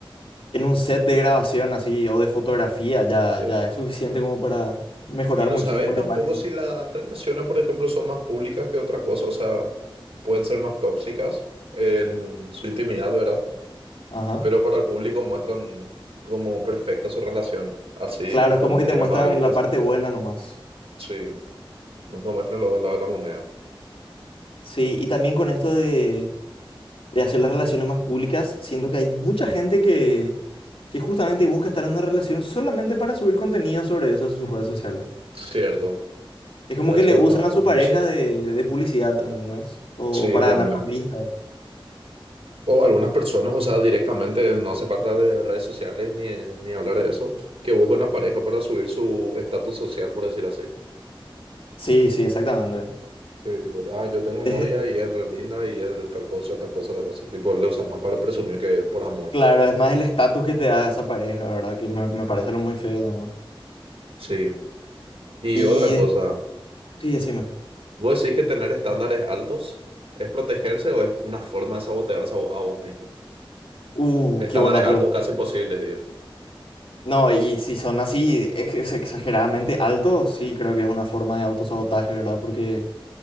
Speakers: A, on the left (about 80°); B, on the right (about 90°).
A: en un set de grabación así o de fotografía ya,
B: Sí,
A: ya es suficiente como para mejorar
B: Y no
A: muchísimo
B: sabes
A: la
B: tampoco
A: imagen.
B: si las relaciones, por ejemplo, son más públicas que otra cosa, o sea, pueden ser más tóxicas en su intimidad, ¿verdad?
A: Ajá.
B: pero para el público muestran como perfecta su relación. Así
A: Claro,
B: justamente
A: es como que te
B: tiene
A: muestran
B: más vistas.
A: la parte buena nomás.
B: Sí, nunca muestran los dos lados de la moneda.
A: Sí, y también con esto de, de hacer las relaciones más públicas, siento que hay mucha gente que, que justamente busca estar en una relación solamente para subir contenido sobre eso a sus redes sociales.
B: Cierto,
A: Es como
B: eso
A: que le usan
B: es también
A: a su
B: es muy
A: pareja
B: cierto.
A: de, de publicidad, ¿entendés? O,
B: Sí,
A: o para
B: también.
A: ganar más vistas.
B: O algunas personas, o sea, directamente no hace falta de redes sociales ni, ni hablar de eso, que buscan una pareja para subir su estatus social, por decir así.
A: Sí, sí, exactamente.
B: Sí, tipo, ah, yo tengo
A: Es-
B: novia y es re linda y es de tal cosa, tal cosa, tal cosa. Tipo, le usas más para presumir que por amor.
A: claro, es más el estatus que te da esa pareja, ¿verdad? Que me, me parece lo muy feo también.
B: Sí. Y
A: Y
B: otra
A: después,
B: cosa.
A: sí, decime.
B: ¿Vos decís que tener estándares altos es protegerse o es una forma de sabotearse a, vo- a vos mismo?
A: Uh,
B: Estándares
A: qué buena
B: altos casi imposibles, digo.
A: No, y si son así ex- exageradamente altos, sí, creo que es una forma de autosabotaje, ¿verdad? Porque